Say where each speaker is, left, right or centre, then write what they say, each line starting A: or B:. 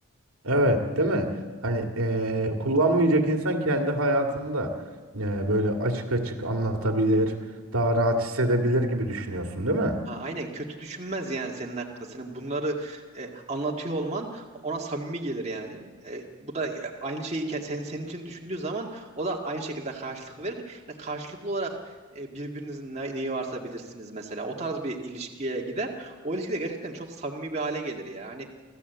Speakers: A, on the right; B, on the right.
A: Evet, değil mi? Hani eee, kullanmayacak insan kendi hayatında eee, böyle açık açık anlatabilir, daha rahat hissedebilir gibi düşünüyorsun, değil mi?
B: Ha, aynen kötü düşünmez yani senin hakkında. Senin bunları e, anlatıyor olman ona samimi gelir yani. E, bu da e, aynı şeyi ke- sen, senin için düşündüğü zaman o da aynı şekilde karşılık verir. Yani karşılıklı olarak e, birbirinizin ne- neyi varsa bilirsiniz mesela. O tarz bir ilişkiye gider. O ilişki de gerçekten çok samimi bir hale gelir ya.